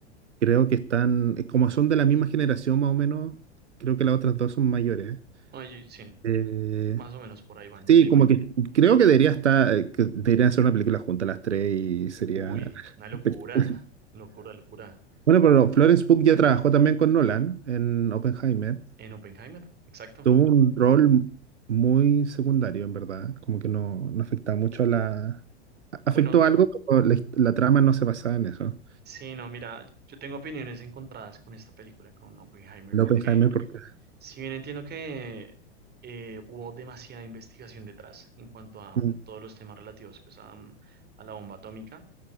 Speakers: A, on the right; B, on the right.
A: Creo que están, eh, como son de la misma generación más o menos, creo que las otras dos son mayores.
B: Oye, sí,
A: Eh,
B: más o menos por ahí van,
A: sí,
B: sí.
A: como que creo que debería estar, eh, que deberían hacer una película juntas las tres y sería...
B: Uy, una locura,
A: <laughs>
B: locura, locura.
A: Bueno, pero Florence Pugh ya trabajó también con Nolan en Oppenheimer.
B: En Oppenheimer, exacto.
A: Tuvo un rol muy secundario, en verdad. Como que no, no afectaba mucho a la... a- Afectó
B: Bueno,
A: algo, pero la, hist- la trama no se basaba en eso.
B: sí, no, mira, yo tengo opiniones encontradas con esta película, con Oppenheimer,
A: El
B: porque
A: Oppenheimer, porque...
B: si bien entiendo que eh, hubo demasiada investigación detrás en cuanto a
A: Mm,
B: mm, todos los temas relativos pues, a, mm, a la bomba atómica,